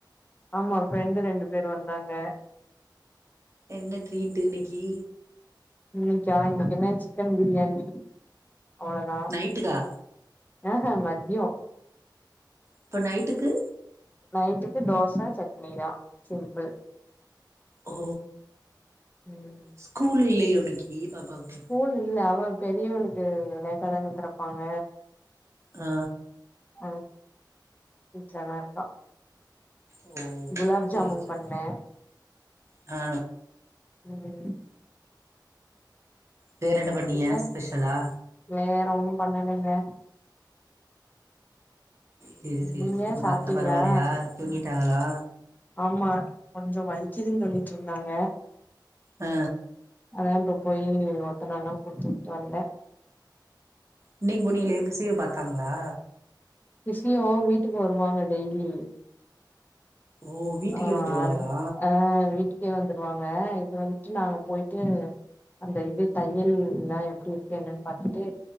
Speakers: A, on the left; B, on the right.
A: ஆமா ஃப்ரெண்டு ரெண்டு பேரு வந்தாங்க
B: என்ன ட்ரீட்டு இன்னைக்கி
A: இன்னைக்கா இன்னைக்கு என்ன சிக்கன் பிரியாணி அவ்ளதா
B: நைட்டுக்கா
A: ஏஹே மத்யோ
B: இப்போ நைட்டுக்கு
A: நைட்டுக்கு தோச சட்னி தா சிம்பிள்
B: ஓ
A: ம்
B: ஸ்கூல் இல்லயோ இன்னைக்கு பாப்பாக்கு
A: ஸ்கூல் இல்ல அவ பெரியவனுக்கு லேட்டா தானத்துரப்பாங்க
B: ஆ
A: அவ வீட்லதா இருக்கா
B: ஓ
A: குலாப்
B: சேரி
A: ஜாமுன்
B: சேரி
A: பண்ணே
B: ஆ
A: ம்
B: வேற என்ன பண்ணீங்க
A: நீங்க
B: ஸ்பெஷலா
A: வேற ஒண்ணு பண்ணலேங்க
B: சேரி சேரி
A: நீங்க
B: சேரி உங்க
A: சாப்ட்டீங்களா
B: அத்த பரவாலயா தூங்கிட்டாகலா
A: ஆமா கொஞ்ச வலிக்கிதுன்னு சொல்லிட்டு இருந்தாங்க
B: ஆ
A: அதா இப்ப போய் ஒத்தனல்லா குடுத்துட்டு வந்தே
B: இன்னக்கி போனிலே பிசியோ பாத்தாங்களா
A: பிசியோ வீட்டுக்கு வருவாங்க டெய்லி
B: ஓ வீட்டுக்கே
A: ஆ
B: வந்துருவாகளா
A: அது ஆ வீட்டுக் கே வந்துருவாங்க இது வந்துட்டு நாங்க போய்ட்டு அந்த இது தையல் எல்லா எப்டி இருக்கு என்னன்னு பாத்துட்டு